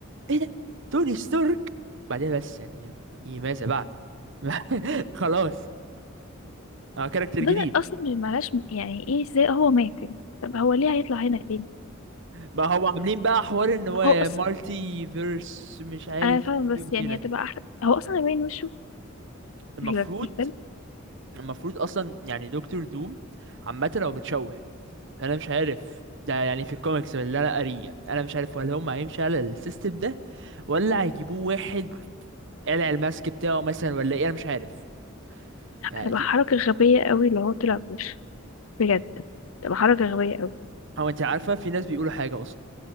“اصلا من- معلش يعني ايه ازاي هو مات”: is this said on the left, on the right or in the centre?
Left